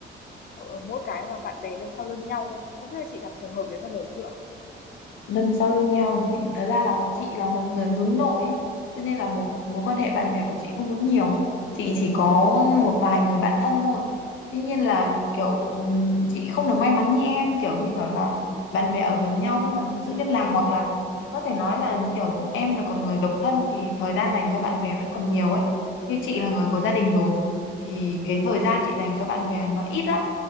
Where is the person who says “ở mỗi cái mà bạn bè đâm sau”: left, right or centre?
Left